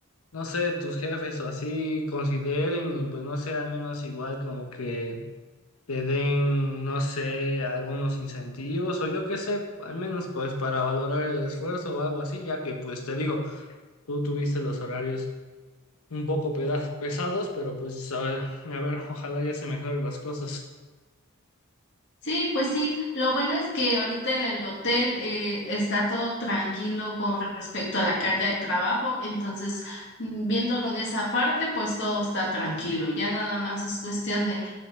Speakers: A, on the left (about 80°); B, on the left (about 55°).
A: no sé, tus jefes o así consideren y pues no sé, al menos igual como que te den, no sé, algunos incentivos o yo qué sé, al menos pues para valorar el esfuerzo o algo así, ya que pues te digo, tú tuviste los horarios un poco peda- pesados, pero pues a ver, a ver, ojalá ya se mejoren las cosas.
B: Sí, pues sí, lo bueno es que ahorita en el hotel eh, está todo tranquilo con respecto a la carga de trabajo, entonces mm, viéndolo de esa parte, pues todo está tranquilo, ya nada más es cuestión de,